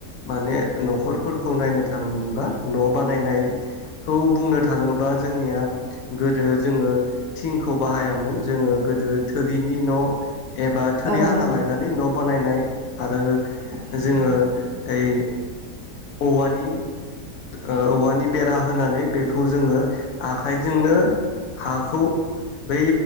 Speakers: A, on the left; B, in the centre.
A: माने न'खरफोरखौ नायनो थाङोमोनबा न' बानायनायखौ बुंनो थाङोबा जोंनिया गोदो जोङो थिंखौ बाहायामोन जोङो गोदो थोरिनि न' एबा थोरि
B: औ नंगौ
A: हाना लायनानै न' बानायनाय आरो
B: औ
A: जोङो ओइ औवानि ओ औवानि बेरा होनानै बेखौ जोङो आखाइजोंनो हाखौ बै